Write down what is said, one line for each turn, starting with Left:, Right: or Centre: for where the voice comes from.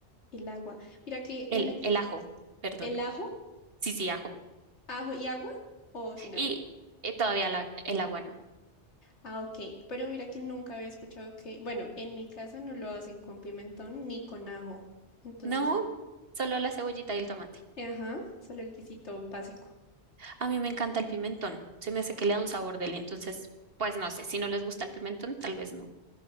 Left: El agua. Mira que
Right: El,
Left: en el,
Right: el ajo, perdón.
Left: el ajo,
Right: Sí, sí, ajo.
Left: ajo y agua o sin
Right: Y
Left: agua.
Right: eh, todavía la- el agua no.
Left: Ah, ok. Pero mira que nunca había escuchado que, bueno, en mi casa no lo hacen con pimentón ni con ajo. Entonces,
Right: No, solo la cebollita y el tomate.
Left: ajá, solo el guisito básico.
Right: A mí me encanta el pimentón, se me hace que le da un sabor deli, entonces, pues no sé, si no les gusta el pimentón, tal vez no.